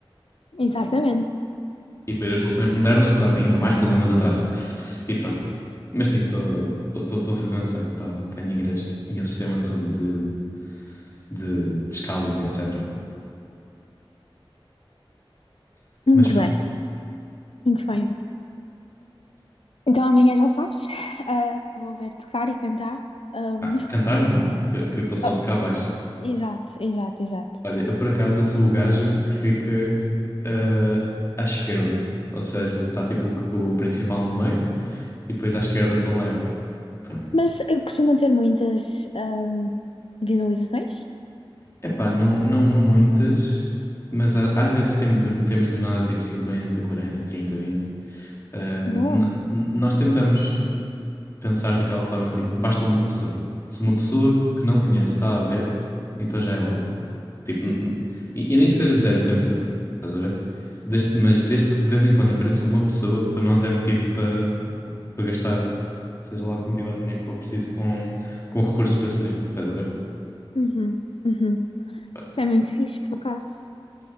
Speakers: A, on the left; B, on the left.
A: exatamente.
B: E depois as soluções modernas trazem ainda mais problemas atrás. E pronto. Mas sim, estou a fazer um site para para a minha igreja e um sistema todo de, de, de escalas e etc.
A: Muito
B: Mas pronto.
A: bem, muito bem. Então amanhã já sabes, <laughs> ah, te vou ver tocar e cantar. Ahm,
B: Ah, cantar não, que que eu estou só
A: oh,
B: de cá abaixo.
A: exato, exato, exato.
B: Olha, eu por acaso sou o gajo que fica eh, à esquerda. Ou seja, está tipo o, o principal no meio e depois à esquerda estou lá eu. Pronto.
A: Mas eh, costuma ter muitas ahm, visualizações?
B: Epá, não, não muitas, mas a- às vezes temos do, temos do nada tipo cinquenta quarenta trinta vinte Ahm,
A: Boa.
B: no- n- nós tentamos pensar daquela forma, tipo, basta uma pessoa. Se uma pessoa que não conhece está a ver, então já é ótimo. Tipo, n- n- e, e nem que seja zero o tempo todo, estás a ver? Desde- mas desde que de vez em quando apareça uma pessoa, para nós é motivo para para gastar, seja lá a quantidade de dinheiro que for preciso com, com recursos para streaming, estás a ver?
A: Uhum, uhum.
B: Pronto.
A: Isso é muito fixe, por acaso.